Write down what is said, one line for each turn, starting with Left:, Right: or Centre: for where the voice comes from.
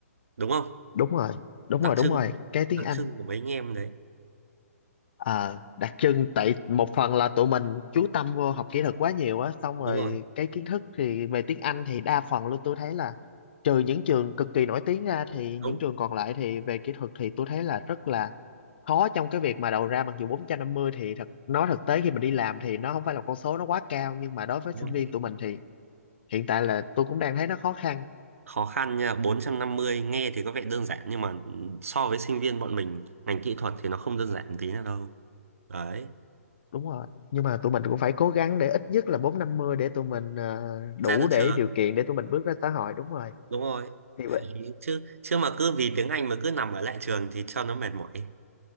Right: đúng không?
Left: đúng rồi, đúng
Right: Đặc
Left: rồi,
Right: trưng
Left: đúng rồi, cái tiếng
Right: đặc
Left: Anh.
Right: trưng của mấy anh em đấy.
Left: Ờ, đặc trưng tại một phần là tụi mình chú tâm vô học kỹ thuật quá nhiều á xong
Right: Đúng
Left: rồi
Right: rồi,
Left: cái kiến thức thì về tiếng Anh thì đa phần luôn tôi thấy là trừ những trường cực kỳ nổi tiếng ra thì những
Right: đúng.
Left: trường còn lại thì về kỹ thuật thì tôi thấy là rất là khó trong cái việc mà đầu ra mặc dù 450 thì thật nói thực tế khi mình đi làm thì nó không phải là con số nó quá cao nhưng mà đối với
Right: đúng
Left: sinh
Right: rồi.
Left: viên tụi mình thì hiện tại là tôi cũng đang thấy nó khó khăn
Right: Khó khăn nha, 450 nghe thì có vẻ đơn giản nhưng mà so với sinh viên bọn mình ngành kỹ thuật thì nó không đơn giản một tí nào đâu. Đấy.
Left: đúng rồi nhưng mà tụi mình cũng phải cố gắng để ít nhất là bốn năm mươi để tụi mình ờ,
Right: Ra
Left: đủ
Right: từ
Left: để
Right: chưa?
Left: điều kiện để tụi mình bước ra xã hội đúng rồi
Right: đúng rồi
Left: thì
Right: Đấy, chứ chứ mà cứ vì tiếng Anh mà cứ nằm ở lại trường thì cho nó mệt mỏi